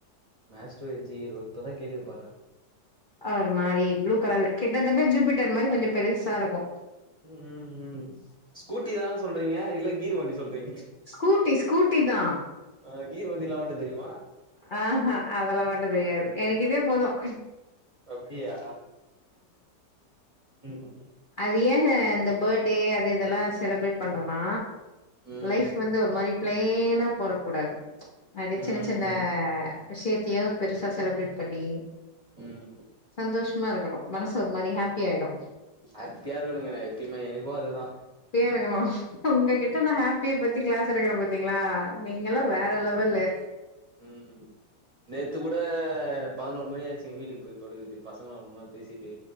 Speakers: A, on the right; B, on the left.
A: Maestro எஜ்ஜி Hero இப்பதான் கேள்வி பறன்
B: அவரு மாரி ப்ளூ கலர்ல கிட்டத்தட்ட ஜூபிட்டர் மாரி கொஞ்சம் பெருசாருக்கும்
A: ம் ம் ம் ஸ்கூட்டிதான சொல்றீங்க இல்ல கீர் வண்டி சொல்றீங்
B: ஸ்கூட்டி ஸ்கூட்டிதான்
A: அ கீர் வண்டில்லா ஓட்ட தெரியுமா
B: அ‌ அ அதெல்லா ஓட்ட தெரியாது எனக்கு இதே போதும்
A: அப்டியா ம் ம்
B: அது ஏங்க இந்த பேட்டே அது இதெல்லா செலுப்ரேட் பண்றோனா
A: ம்
B: லைஃப் வந்து ஒரு மாரி ப்ளேனா போறக்கூடாது அப்டி
A: ம்
B: சின்ன சின்ன
A: ம்
B: விஷ்யத்தையு பெருசா செலப்ரேட் பண்ணி
A: ம்
B: சந்தோஷ் மா இருக்கணு மனசு ஒரு மாரி ஹேப்பியாய்டு
A: ஹேப்பியா இருக்கணுங்க நா எப்பயுமே எனக்கு அதுதா
B: இப்ப நம்மோ உங்ககிட்ட
A: ம்
B: நான் ஹேப்பிய பத்தி கிளாஸ் எடுக்குற பாத்தீங்ளா நீங்கல்லா வேற லெவலு
A: ம் நேத்து கூட பதுனோரு மணியாச்சுங்க வீட்டுக் போய் படுக்கத்துக்கு பசங்களோல்லா பேசிட்டு